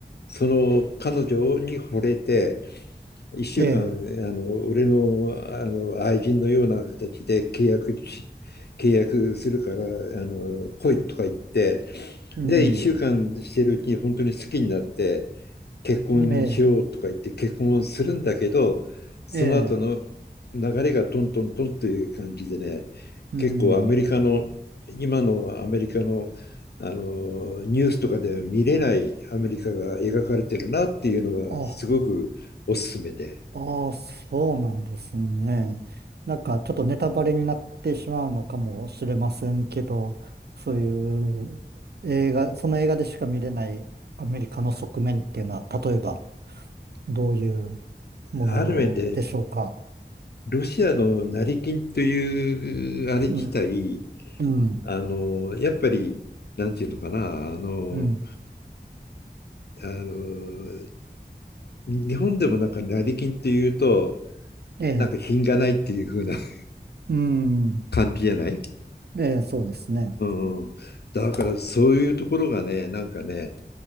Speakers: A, on the left; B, on the right.
A: その彼女に惚れて、1週間、
B: ええ、
A: あの俺の、あの愛人のような形で契約し契約するから、あの来いとか言って、
B: うん。
A: で、1週間してるうちに本当に好きになって、結婚しようとか言って結婚するんだけど、
B: ええ、
A: その後の流れがトントントンという感じでね、
B: ええ、うん。
A: 結構アメリカの、今のアメリカの、あのニュースとかでは見れないアメリカが描かれてるなっていうのがすごくおすすめで、
B: あ、ああ、そうなんですね。なんかちょっとネタバレになってしまうのかもしれませんけど、そういう映画、その映画でしか見れないアメリカの側面っていうのは、例えばどういうものでしょうか。
A: ある面でロシアの成金というあれ自体、
B: うん、うん、
A: あのやっぱり、なんていうのかな、あの、
B: うん。
A: あの日本でもなんか成金っていうと、
B: ええ、
A: なんか品がないっていう風な <laughs>
B: うん、
A: 感じじゃない
B: ええ、そうですね。
A: うんうん。だからそういうところがね、なんかね、